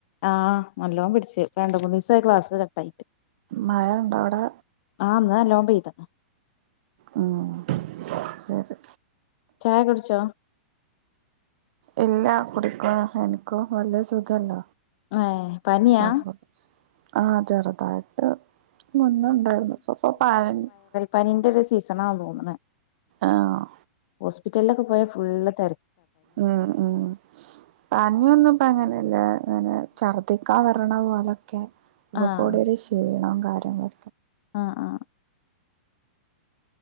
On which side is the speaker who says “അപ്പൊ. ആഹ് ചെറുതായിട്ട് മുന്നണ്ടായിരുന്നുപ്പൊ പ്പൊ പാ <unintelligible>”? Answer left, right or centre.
Right